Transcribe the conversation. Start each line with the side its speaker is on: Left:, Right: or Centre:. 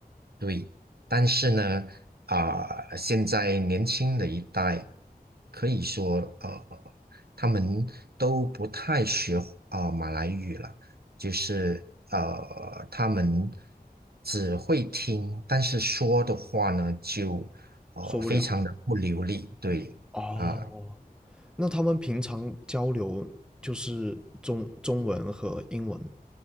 Right: 对，但是呢，啊、现在年轻的一代可以说，呃，他们都不太学啊、呃马来语了，就是呃，他们只会听，但是说的话呢，就呃非常的不流利，
Centre: 说不了。
Right: 对啊、
Centre: 哦，那他们平常交流就是中中文和英文。